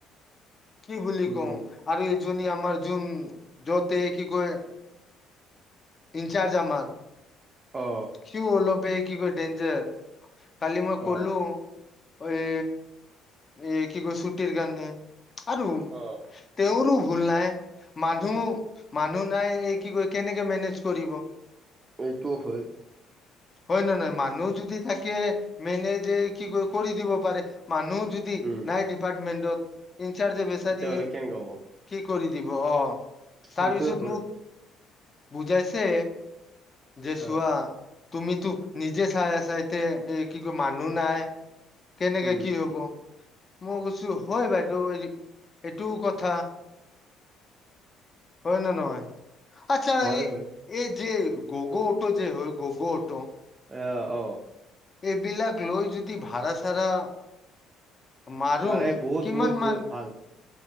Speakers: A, on the left (about 35°); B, on the right (about 35°).
A: কি বুলি
B: উম।
A: কওঁ আৰু এই জনী আমাৰ যোন যতে কি কয় ইনচাৰ্জ আমাৰ
B: অ
A: সিও অলপে কি কয় ডেঞ্জাৰ কালি মই কলোঁ
B: অ
A: এই এই কি কৈছো চুটীৰ কাৰণে আৰু
B: অ
A: তেওৰো ভুল নাই মানুহ মানুহ নাই এই কি কয় কেনেকে মেনেজ কৰিব
B: এইটো হয়
A: হয় না নাই মানুহ যদি থাকে মেনেযে কি কয় কৰি দিব পাৰে মানুহ যদি
B: উম
A: নাই ডিপাৰ্টমেন্টত ইনচাৰ্জ ভেচা
B: তেতিয়াহ'লে
A: দিয়ে
B: কেনেকা হ'ব
A: কি কৰিম দিব অ
B: সেইটোয়ে
A: তাৰপিছত
B: হয়
A: মোক বুজাইছে যে চোৱা
B: অ
A: তুমিতো নিজে চাই আছা এতি কি ক মানুহ নাই কেনেকে
B: উম
A: কি হব মই কৈছো হয় বাইদেউ এই এইটোও কথা হয় নে নহয় আচ্ছা
B: হয়
A: এই
B: হয়
A: এই যে গগ' অট' যে হয় ঘগ' অট'
B: এয়া অ
A: এইবিলাক লৈ যদি ভাড়া চাড়া মাৰো
B: মাৰে বহুত
A: কিমান
B: বহুত বহুত
A: মান
B: ভাল।